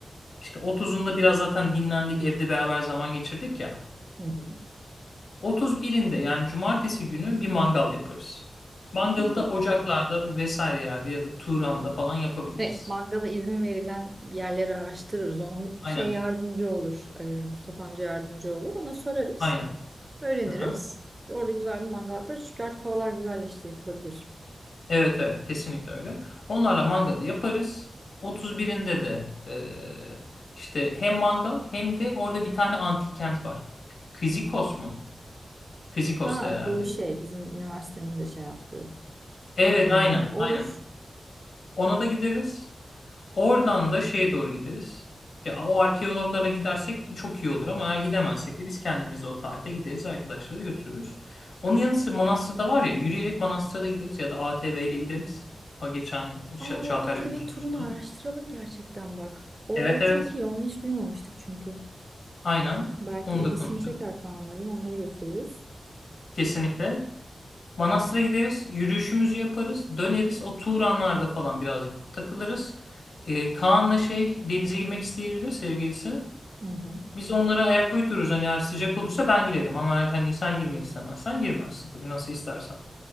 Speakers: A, on the left; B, on the right.
A: İşte otuzunda biraz zaten dinlendik, evde beraber zaman geçirdik ya.
B: Hı hı.
A: Otuz birinde yani cumartesi günü bir mangal yaparız. Mangalı
B: <laughs>
A: da ocaklarda vesaire yerde ya da Turan'da falan yapabiliriz.
B: Evet, mangala izin verilen yerleri araştırırız. Onun
A: Aynen.
B: şey yardımcı olur. e, Mustafa amca yardımcı olur. Ona sorarız.
A: Aynen.
B: Öğreniriz.
A: Aha.
B: Orada güzel bir mangal yaparız. Çünkü artık havalar güzelleşti yapılabilir.
A: Evet evet kesinlikle öyle. Onlarla mangalı yaparız. 31'inde de e, işte hem mangal hem de orada bir tane antik kent var. Kizikos mu? Kizikos'ta
B: Ha
A: herhalde.
B: bu şey bizim üniversitenin de şey yaptığı.
A: Evet
B: E,
A: aynen
B: olur.
A: aynen. Ona da gideriz. Oradan da şeye doğru gideriz. Ya, o arkeologlara gidersek çok iyi olur ama eğer gidemezsek de biz kendimiz de o tarihte gideriz. Arkadaşları da götürürüz. Onun yanı sıra manastırda var ya yürüyerek manastıra da gideriz ya da ATV ile gideriz. O geçen Ç-
B: Ama
A: Çağatay'la
B: o ATV
A: konuştuğumuz
B: turunu
A: konu.
B: araştıralım gerçekten bak. O,
A: Evet
B: o
A: evet.
B: çok iyi. Onu hiç duymamıştık çünkü.
A: Aynen.
B: Belki
A: Onu
B: ilgisini
A: da konuşalım.
B: çeker Kaanların. Onları götürürüz.
A: Kesinlikle. Manastır'a gideriz. Yürüyüşümüzü yaparız. Döneriz. O Turanlar'da falan birazcık takılırız. Ee, Kaan'la şey denize girmek isteyebilir sevgilisi.
B: Hı hı.
A: Biz onlara ayak uydururuz. Hani eğer sıcak olursa ben girerim. Ama eğer hani sen girmek istemezsen girmezsin. Tabii nasıl istersen.